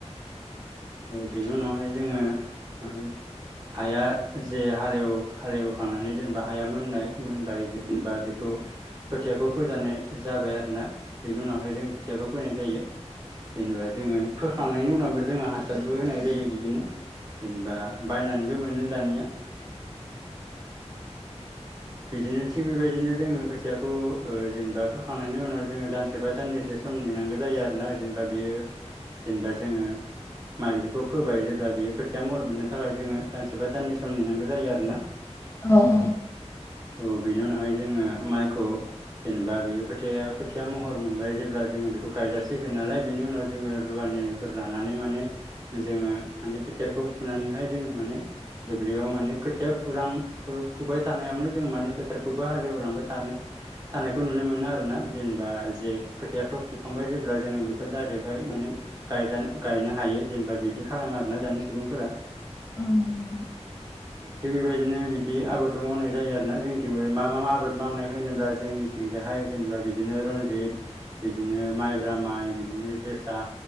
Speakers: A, on the right; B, on the left.
A: बेनि उनावहाय जोङो माने हाया जे हालेव हालेवखांनानै जेनेबा हाया मोननाय मोनबाय। जेनेबा बेखौ खोथियाखौ फोजानाय जाबाय आरो ना बेनि उनावहाय जों खोथियाखौ फैनाय जायो। जेनेबा जोङो फोखांनायनि उनावबो जोङो हासारबो होनाय जायो। बिदिनो जेनेबा बायनानैबो मोनो दानिया बिदिनो थिग बेबायदिनो जोङो खोथियाखौ जेनेबा फोखांनायनि उनाव जोङो दानसे बा दाननैसो सम नेनांगौ जायो आरोोना जेनेबा बियो जेनेबा जोङो माइग्रिखौ फोबाय जेब्ला बियो खोथिया महर मोननो थाखाय जोङो दानसेबा दाननि सम नेनांगौ जायो आरो ना।
B: औ औ
A: औ बेनि उनावहाय जोङो माइखौ जेनेबा बे खोथाया खोथिया महर मोनबाय जेब्ला जोङो बेखौ गायजासिगोन नालाय बेनि उनाव जोङो रुवानिफोर लानानै माने जोङो माने खोथियाखौ फुनानैहाय जोङो माने दुब्लियाव माने खोथिया फुरां फुबाय थानायावनो जों माने फोथारखौबो हालेवलांबाय थानो थानायखौ नुनो मोनो आरो ना। जेनेबा जे खोथायाखौ फुखांबाय जेब्ला जोङो बेखौ डाइरेक्टहाय माने गायजानो गायनो हायो जेनेबा बिदि खालामो आरोना दानि सुबुंफोरा
B: उम
A: थिग बेबायदिनो बिदि आबादखौ मावनाय जायो आरोना जोंथिंबो मा मा आबाद मावनाय होनोब्ला जोंनिथिं जोंहाय जेनेबा बिदिनो रनजित बिदिनो माइब्रा माइ बिदिनो जोसा